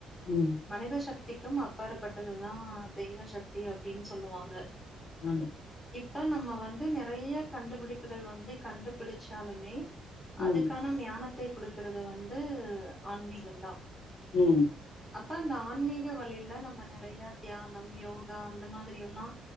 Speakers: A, on the left (about 65°); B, in the centre.
A: ம்
B: மனித சக் திக்கும் அப்பாற்பட்டதுதா தெய்வ சக்தி அப்டீனு சொல்லுவாங் க
A: ஆமா
B: ப நம்ம வந்து நறைய கண்டுபிடிப்புகள் வந்து கண்டுபிடிச்சாலுமே
A: ம்
B: அதுக்கான ஞானத் த்த குடுக்கறது வந்து ஆன்மீகோந்தா
A: ம்
B: அப்ப அந்த ஆன்மீக வழியில நம்ம நறைய தியானம் யோகா அந்த மாதிரி எல்லா